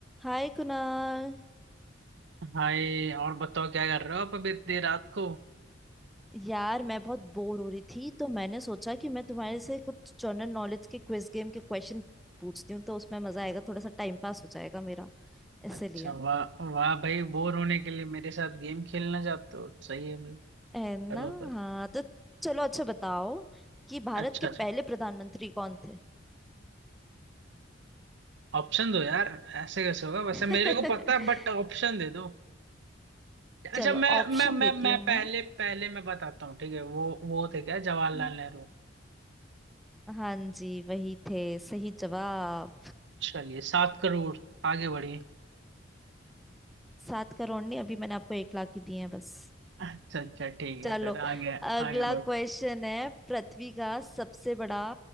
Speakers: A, in the centre; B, on the right.
A: हाय कुणाल
B: हाय और बताओ क्या कर रहे हो आप अभी इतनी रात को
A: यार मैं बहुत बोर हो रही थी तो मैंने सोचा कि मैं तुम्हारे से कुछ जनरल नॉलेज के क्विज गेम के क्वेश्चन पूछती हूँ तो उसमें मजा आएगा थोड़ा सा टाइम पास हो जाएगा मेरा इसलिए
B: अच्छा वाह वाह भाई बोर होने के लिए मेरे साथ गेम खेलना चाहते हो सही है भाई
A: है ना
B: करो फिर
A: हाँ तो चलो अच्छा बताओ कि भारत
B: अच्छा
A: के
B: अच्छा
A: पहले प्रधानमंत्री कौन थे
B: ऑप्शन दो यार ऐसे कैसे होगा वैसे
A: <laughs>
B: मेरे को पता है बट ऑप्शन दे दो अच्छा
A: चलो
B: मैं
A: ऑप्शन
B: मैं मैं
A: देती
B: मैं
A: हूँ
B: पहले
A: मैं
B: पहले मैं बताता हूँ ठीक है वो वो थे क्या जवाहरलाल
A: हम्म,
B: नेहरू
A: हाँ जी वही थे सही जवाब
B: चलिए सात करोड़ आगे बढ़िए
A: सात करोड़ नहीं अभी मैंने आपको एक लाख ही दिए हैं बस
B: अच्छा अच्छा ठीक
A: चलो
B: है फिर आगे
A: अगला
B: आगे बढ़
A: क्वेश्चन है पृथ्वी का सबसे बड़ा